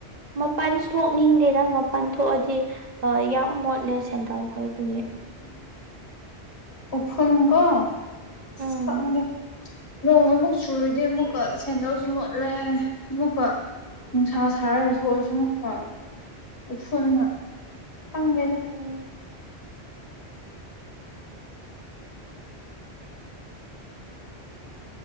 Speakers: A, on the right; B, on the left.
A: ꯃꯄꯥꯟꯁꯨ ꯊꯣꯛꯅꯤꯡꯗꯦꯗ ꯃꯄꯥꯟ ꯊꯣꯛꯑꯗꯤ ꯑ ꯌꯥꯝ ꯃꯣꯠꯂꯦ ꯁꯦꯟꯗꯜ ꯈꯣꯏ ꯗꯨꯒꯤ
B: ꯎꯐꯨꯟ ꯀꯣ ꯑꯁ
A: ꯎꯝ
B: ꯈꯪꯗꯦ ꯅꯣꯡ ꯑꯃꯨꯛ ꯆꯨꯔꯗꯤ ꯑꯃꯨꯛꯀ ꯁꯦꯟꯗꯜꯁꯨ ꯃꯣꯠꯂꯦ ꯑꯃꯨꯛꯀ ꯅꯨꯡꯁꯥ ꯁꯥꯔꯒꯁꯨ ꯑꯣꯏꯁꯅꯨ ꯑꯃꯨꯛꯀ ꯎꯐꯨꯟꯅ ꯈꯪꯗꯦꯗ
A: ꯎꯝ